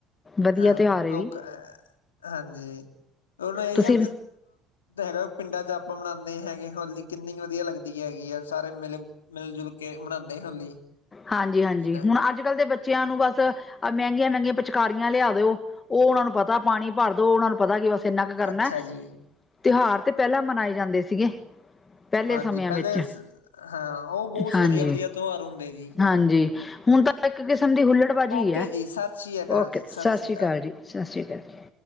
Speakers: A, on the left; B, on the left.
A: ਵਧੀਆ
B: ਹਾਂ
A: ਤਿਉਹਾਰ ਵੀ
B: ਲੋਕ ਅਹ ਹਾਂਜੀ ਹੁਣ ਇਹੀ
A: ਤੁਸੀਂ
B: ਆ ਹੈਗਾ ਪਿੰਡਾਂ ਚ ਆਪਾਂ ਮਨਾਉਂਦੇ ਹੈਗੇ ਹੋਲੀ ਕਿੰਨੀ ਵਧੀਆ ਲੱਗਦੀ ਹੈਗੀ ਆ ਸਾਰੇ ਮਿਲ ਮਿਲ ਜੁਲ ਕੇ ਮਨਾਉਂਦੇ ਹੋਲੀ
A: ਹਾਂਜੀ ਹਾਂਜੀ
B: ਨਾ
A: ਹੁਣ ਅੱਜ ਕੱਲ ਦੇ ਬੱਚਿਆਂ ਨੂੰ ਬਸ ਮਹਿੰਗੀਆਂ ਮਹਿੰਗੀਆਂ ਪਿਚਕਾਰੀਆਂ ਲਿਆ ਦਿਓ ਉਹ ਉਹਨਾਂ ਨੂੰ ਪਤਾ ਪਾਣੀ ਭਰ ਦੋ ਉਹਨਾਂ ਨੂੰ ਪਤਾ ਕਿ ਬਸ ਕਿਨਾ ਕੁ ਕਰਨਾ
B: ਅੱਛਾ ਜੀ
A: ਤਿਉਹਾਰ ਤੇ ਪਹਿਲਾਂ ਮਨਾਏ ਜਾਂਦੇ ਸੀਗੇ ਪਹਿਲੇ
B: ਹਾਂਜੀ
A: ਸਮਿਆਂ
B: ਪਹਿਲੇ
A: ਵਿੱਚ
B: ਹਾਂ ਉਹ ਬਹੁਤ
A: ਹਾਂਜੀ
B: ਵਧੀਆ ਵਧੀਆ ਤਿਉਹਾਰ ਹੁੰਦੇ ਜੀ
A: ਹਾਂਜੀ ਹੁਣ ਤਾਂ ਇੱਕ ਕਿਸਮ ਦੀ ਹੁਲੜਬਾਜ਼ੀ
B: ਓਕੇ
A: ਹੈ
B: ਜੀ ਸਤਿ ਸ਼੍ਰੀ ਅਕਾਲ
A: ਓਕੇ
B: ਜੀ
A: ਸਤਿ
B: ਸ਼੍ਰੀ
A: ਸ੍ਰੀ ਅਕਾਲ ਜੀ ਸਤਿ ਸ੍ਰੀ ਅਕਾਲ ਜੀ